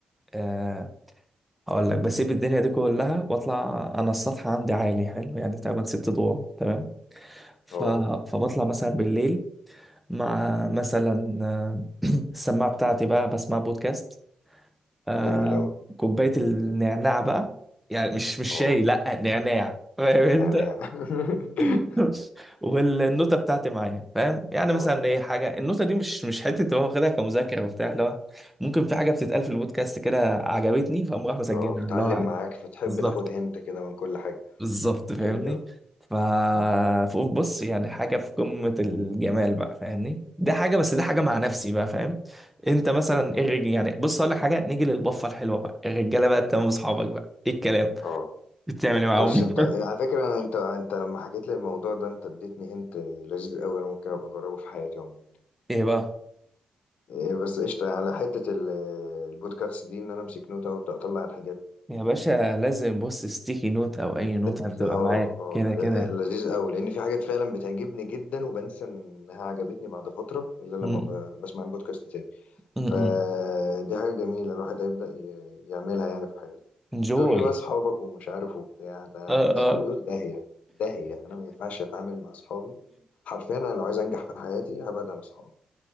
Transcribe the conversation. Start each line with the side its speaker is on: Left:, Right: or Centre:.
Centre: أه هقول لك بسيب الدنيا دي كلها واطلع انا السطح عندي عالي حلو يعني تقريبا ست ادوار تمام ف...
Left: اه
Centre: فبطلع مثلا بالليل مع مثلا آه، السماعة بتاعتي بقى بسمع بودكاست آه
Left: جميل اوي
Centre: كوباية النعناع بقى يعني مش مش شاي
Left: اه
Centre: لا نعناع فاهم انت
Left: نعناع <laughs>
Centre: <laughs> والنوتة بتاعتي معايا فاهم يعني
Left: اه
Centre: مثلا ايه حاجة النوتة دي مش مش حتة تبقى واخدها كمذاكرة وبتاع اللي هو ممكن في حاجة بتتقال في البودكاست كده عجبتني فاقوم راح مسجلها
Left: اه بتعلم
Centre: اللي هو
Left: معاك فتحب
Centre: بالظبط
Left: تاخد هنت كده من كل حاجة
Centre: بالظبط فاهمني
Left: جميل اوي
Centre: ف
Left: مم.
Centre: فقلت بص يعني حاجه في قمه الجمال بقى فاهمني دي حاجه بس
Left: ايوه
Centre: دي حاجه مع نفسي بقى فاهم انت مثلا ايه الرج- يعني بص اقول لك حاجه نيجي للبفه الحلوه بقى الرجاله بقى تمام اصحابك بقى ايه الكلام
Left: اه
Centre: بتعمل ايه معاهم
Left: بص انت على فكرة انت انت لما حكيت لي الموضوع ده انت اديتني هنت لذيذ قوي انا ممكن ابقى اجربه في حياتي عموما
Centre: <laughs> ايه بقى
Left: إيه، بس قشطة على حتة ال- البودكاست دي ان انا امسك نوتة وابدا اطلع الحاجات
Centre: يا باشا لازم بص ستيكي نوت او اي نوت
Left: لذيذة
Centre: هتبقى
Left: اه
Centre: معاك
Left: اه
Centre: كده كده
Left: ل- لذيذ قوي لان في حاجات فعلا بتعجبني جدا وبنسى انها عجبتني بعد فترة الا لما
Centre: م-
Left: ب- بسمع البودكاست تاني
Centre: م- م.
Left: فدي حاجة جميلة الواحد هيبدأ ي- يعملها يعني في حياته
Centre: انجوي
Left: تقول لي بقى أصحابك ومش عارف وبتاع ده
Centre: اه
Left: أصحابي
Centre: اه
Left: دول داهية داهية أنا ما ينفعش أتعامل مع أصحابي حرفيا أنا لو عايز أنجح في حياتي هبعد عن أصحابي